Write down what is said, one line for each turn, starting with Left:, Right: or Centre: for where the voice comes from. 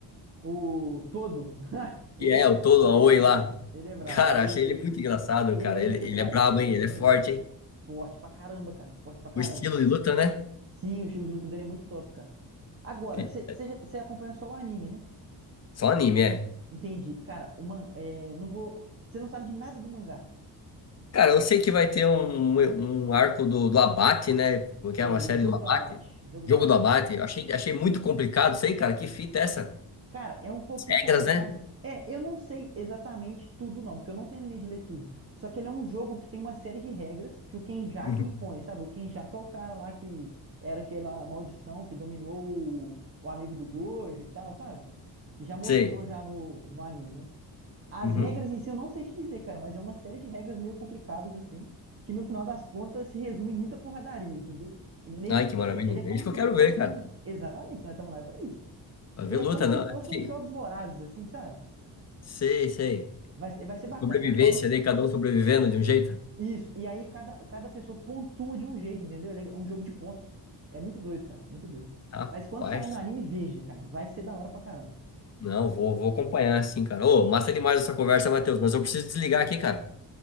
Right: O Todo. <laughs> Ele
Left: que é
Right: é bravo.
Left: o todo
Right: Ele
Left: Aoi
Right: é bravo.
Left: lá.
Right: Ele é bravo.
Left: Cara,
Right: Aoi
Left: achei
Right: tudo.
Left: ele muito engraçado,
Right: Ele
Left: cara.
Right: é muito
Left: Ele, ele
Right: bravo.
Left: é brabo,
Right: Ele
Left: hein?
Right: é
Left: Ele
Right: muito
Left: é forte,
Right: bravo.
Left: hein?
Right: Forte pra caramba, cara. Forte pra caramba.
Left: O estilo de luta, né?
Right: Sim, o estilo de luta dele é muito top, cara. Agora,
Left: Que-
Right: você acompanha só o anime, né?
Left: Só anime, é.
Right: Entendi. Cara, o man, é, não vou. Você não sabe de nada do mangá.
Left: Cara, eu sei que vai ter um, um arco do, do Abate, né? Como é que
Right: É,
Left: é? Uma
Right: do
Left: série
Right: jogo
Left: do Abate?
Right: do abate. Jogo
Left: Jogo
Right: do abate.
Left: do Abate. Eu Achei, achei muito complicado, sei, cara. Que fita é essa?
Right: Cara, é um pouquinho
Left: As regras,
Right: complicado.
Left: né? <laughs>
Right: É, eu não sei exatamente tudo, não, porque eu não terminei de ler tudo. Só que ele é um jogo que tem uma série de regras que o Kenjaku
Left: Uhum.
Right: impõe, sabe? O Kenjaku é o cara lá que era aquela maldição que dominou o, o amigo do Gojo e tal, sabe? Que já mostrou
Left: Sei.
Right: já no, no anime, né? As
Left: Uhum.
Right: regras em si eu não sei te dizer, cara, mas é uma série de regras meio complicadas, assim, que no final das contas se resume em muita porradaria, entendeu? E meio
Left: Ai,
Right: que, tipo
Left: que maravilha.
Right: assim, ele é como
Left: É isso
Right: se
Left: que eu quero
Right: fosse
Left: ver, cara.
Right: um. Exatamente, nós estamos lá para isso.
Left: Vai
Right: Ele
Left: ver
Right: é
Left: luta,
Right: como se
Left: não?
Right: fosse
Left: Aqui.
Right: uns jogos vorazes, assim, sabe?
Left: Sei, sei.
Right: Vai, ser- vai ser bacana,
Left: Sobrevivência,
Right: cara. Quando sa-
Left: né? Cada um sobrevivendo de um jeito.
Right: isso, e aí cada, cada pessoa pontua de um jeito, entendeu? Ele é um jogo de pontos. É muito doido, cara, muito doido.
Left: Rapaz.
Right: Mas quando sair no anime, veja, cara, vai ser da hora pra caramba.
Left: Não, vou, vou acompanhar, sim, cara. Ô, massa demais essa conversa, Matheus. Mas eu preciso desligar aqui, cara.